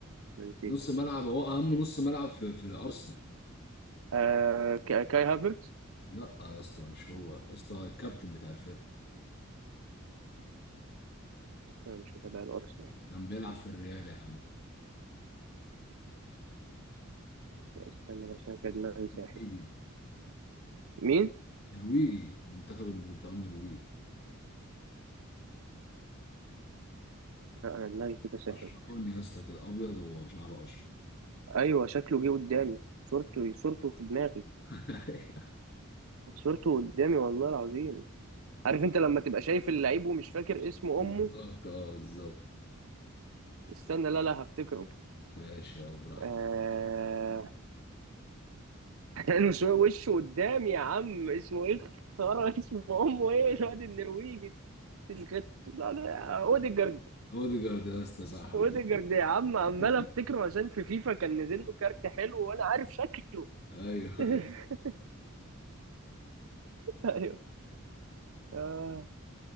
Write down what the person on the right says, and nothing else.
أنا نسيت
آه كا- كاي هافرتز
انا مش متابع الارسنال
استنى بس انا كان دماغي ساحت
مين
آه، انا دماغي كده ساحت
ايوه شكله جه قدامي صورته صورته في دماغي
صورته قدامي والله العظيم عارف انت لما تبقى شايف اللعيب ومش فاكر اسم امه
استنى لا لا هفتكره
آه... <laughs> لانه شوية وشه قدامي يا عم اسمه ايه خرا اسم <laughs> امه ايه الواد النرويجي الخت لا لا اوديجارد
اوديجارد
يا عم عمال
افتكره عشان في فيفا كان نزل له كارت حلو وانا عارف شكله
<laughs> ايوه آه.